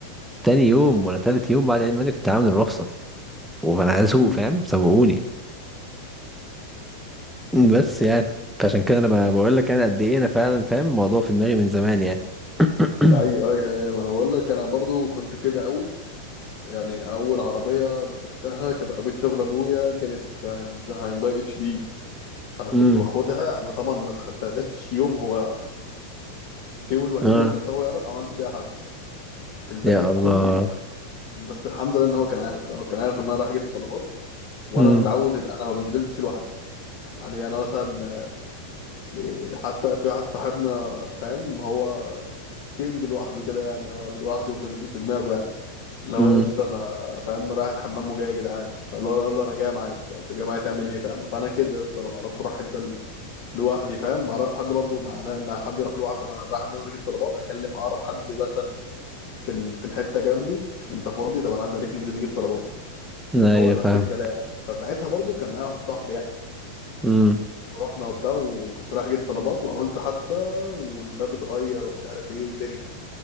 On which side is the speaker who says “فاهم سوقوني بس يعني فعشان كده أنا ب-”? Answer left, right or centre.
Centre